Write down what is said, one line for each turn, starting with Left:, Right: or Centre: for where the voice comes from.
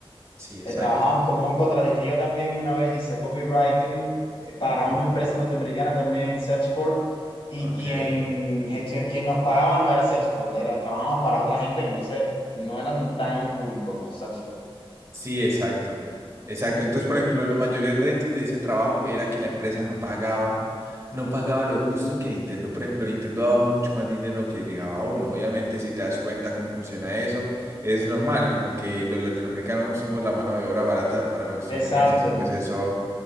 Right: Sí, exacto.
Left: Eh, trabajaba como un contratista. Y Yo también una vez hice copywriting eh, para
Right: Ajá,
Left: una empresa norteamericana también, Salesforce, y
Right: ok.
Left: quien, gestio- quien nos pagaba no era Salesforce, era, trabajamos para otra gente que entonces no eran tan cool como Salesforce.
Right: Sí, exacto. Exacto. Entonces, por ejemplo, los mayores retos de ese trabajo era que la empresa no pagaba, no pagaba lo justo que Nintendo. Por ejemplo, Nintendo daba mucho más dinero que llegaba a uno. Obviamente, si te das cuenta cómo funciona eso, es normal, como que los latinoamericanos somos la mano de obra barata para los estadounidenses
Left: Exacto,
Right: y pues eso